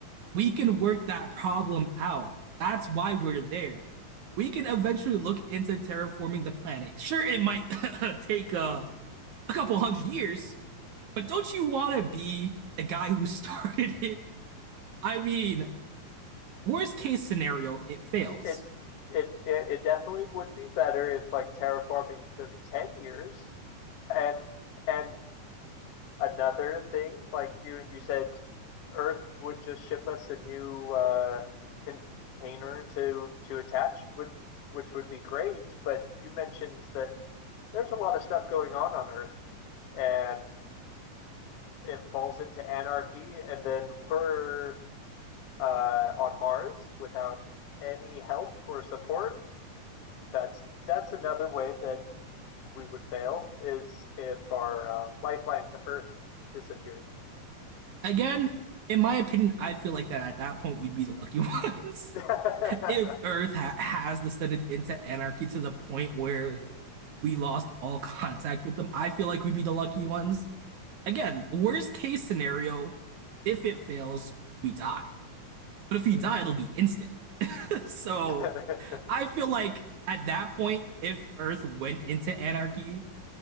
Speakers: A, on the right; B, on the left.
A: We can work that problem out. That's why we're there. We can eventually look into terraforming the planet. Sure, it might <coughs> take uh, a couple hundred years, but don't you want to be the guy who <laughs> started it? I mean, worst case scenario, it fails.
B: it, it it it definitely would be better if like terraforming took 10 years. And and another thing, like you you said Earth would just ship us a new uh container to to attach would which would be great, but you mentioned that there's a lot of stuff going on on Earth and it falls into anarchy and then we're uh on Mars without any help or support That's that's another way that we would fail is if our uh, lifeline to Earth disappeared.
A: Again, in my opinion, I feel like that at that point we'd be the lucky ones.
B: <laughs>
A: <laughs> if Earth ha has descended into anarchy to the point where we lost all <laughs> contact with them, I feel like we'd be the lucky ones. Again, worst case scenario, if it fails, we die. But if we
B: Mhm.
A: die, it'll be instant. <laughs> So
B: <laughs>
A: I feel like at that point, if Earth went into anarchy,